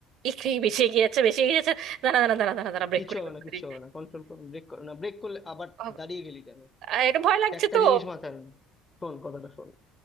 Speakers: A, on the right; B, on the left.
A: একটু বেশি এগিয়ে যাচ্ছে বেশি এগিয়ে যাচ্ছে দাঁড়া দাঁড়া দাঁড়া দাঁড়া দাঁড়া ব্রেক
B: কিচ্ছু
A: করি
B: হবে
A: ব্রেক
B: না
A: করি
B: কিচ্ছু হবে না কন্ট্রোল করুন ব্রেক করো না ব্রেক করলে আবার
A: বাবা,
B: দাঁড়িয়ে গেলি কেন
A: আহ, এটা ভয় লাগছে
B: একটা
A: তো
B: জিনিস মাথায় রাখ শোন কথাটা শোন